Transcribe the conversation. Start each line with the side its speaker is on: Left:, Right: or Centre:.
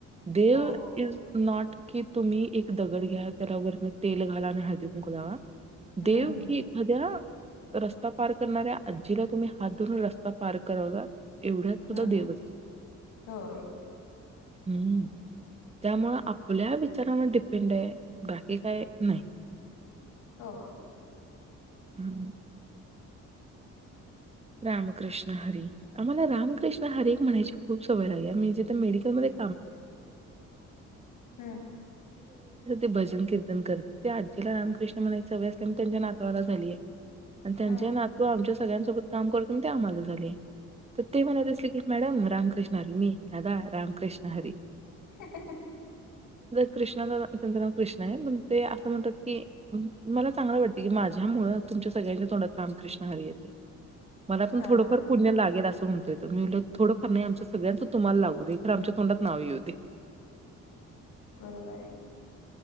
Right: देव
Left: हो
Right: इज नॉट कि तुम्ही एक दगड घ्या त्याला वर तेल घाला आणि हळदी कुंकू लावा,
Left: हम्म
Right: देव की एखाद्या रस्ता पार करणाऱ्या आजीला तुम्ही हात धरून रस्ता पार्क करवला एवढ्या सुद्धा
Left: हं
Right: देवच असतो
Left: होय
Right: हम्म त्यामुं आपल्या विचारावर डिपेंड आहे बाकी काय नाही
Left: हो
Right: हम्म रामकृष्ण हरी आम्हाला रामकृष्ण हरी म्हणायची खूप सवय लागली म्हणजे जिथ मेडिकलमध्ये
Left: हं
Right: <unintelligible> भजन कीर्तन करते त्या आजीला राम कृष्ण हरी म्हणायची सवय आहे म्हणून त्याच्या नातवाला झाली आणि त्यांच्या
Left: हं
Right: नातू आमच्या सगळ्यांसोबत काम करतो ते आम्हाला झाले तर ते म्हणत असले की मॅडम रामकृष्ण हरी मी दादा रामकृष्ण हरी
Left: ह
Right: कृष्णाचा त्यांचं नाव कृष्णा आहे पण ते असं म्हणतात की मला चांगलं वाटते की माझ माझ्यामुळे तुमच्या सगळ्यांच्या तोंडात रामकृष्ण हरी येते मला पण
Left: हां
Right: थोडंफार पुण्य लागेल अस म्हण मी थोडं फार नाही आमच्या सगळ्यांचं तुम्हाला लागू दे आमच्या सगळ्यांच्या तोंडात नाव येऊ दे
Left: बरोबर आहे